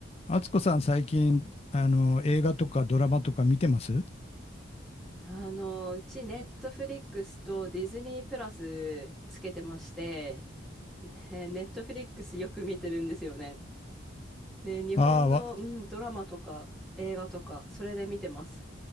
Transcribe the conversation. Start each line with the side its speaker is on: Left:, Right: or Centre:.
Left: 敦子さん、最近、あの、映画とかドラマとか見てます
Centre: あの、うちネットフリックスとディズニープラスつけてまして、ねネットフリックスよく見てるんですよね。で、日本の、
Left: ああ、わ、
Centre: うん、ドラマとか映画とか、それで見てます。